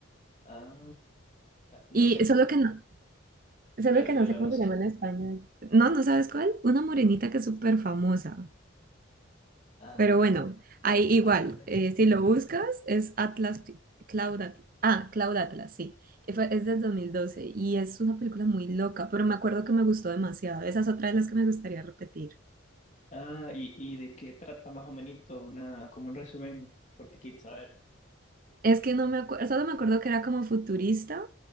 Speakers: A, on the left; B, on the right.
A: Ah, no
B: Y
A: sé.
B: solo que no, solo
A: Gatuela,
B: que no sé cómo
A: no
B: se
A: sé.
B: llama en español. No, ¿no sabes cuál? Una morenita que es súper famosa.
A: Ah,
B: Pero bueno, ahí igual,
A: <laughs>
B: eh, si lo buscas, es Atlas, Cl- Cloud Atlas. Ah, Cloud Atlas, sí. Y fue- Es del 2012 y es una película muy loca, pero me acuerdo que me gustó demasiado. Esa es otra de las que me gustaría repetir.
A: ah y, y de qué trata más o menos, una, como un resumen cortiquito, a ver.
B: Es que no me acuerdo, solo me acuerdo que era como futurista